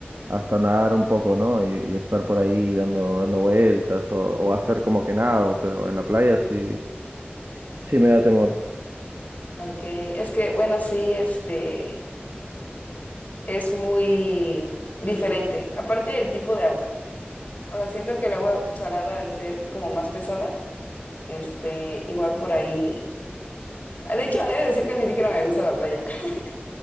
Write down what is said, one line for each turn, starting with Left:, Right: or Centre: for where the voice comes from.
Right: hasta nadar un poco, ¿no? Y, y estar por ahí dando, dando vueltas o, o hacer como que nado, pero en la playa sí, sí me da temor.
Left: Ok, es que, bueno, sí, este, es muy diferente. Aparte del tipo de agua. O sea, siento que el agua pues, salada, al ser como más pesada, este, igual por ahí. De hecho, he de decir que ni siquiera me gusta la playa. <laughs>